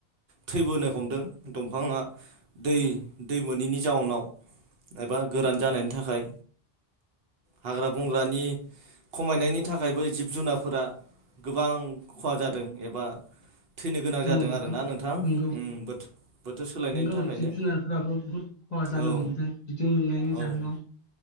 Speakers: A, on the right; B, on the left.
A: थैबोनो हमदों दंफाङा दै दै मोनिनि जाउनाव एबा गोरान जानायनि थाखाय हाग्रा बंग्रानि खमायनायनि थाखायबो जिब जुनारफोरा गोबां खहा जादों एबा थैनो गोनां जादों
B: औ
A: आरोना नोंथां
B: नंगौ
A: बोथो बोथोर सोलायनायनि
B: नंगौ
A: थाखायनो
B: जिब जुनारफोराबो बुहुद खहा जानो
A: औ
B: हमदों बिदुं दुंनायनि
A: औ
B: जाहोनाव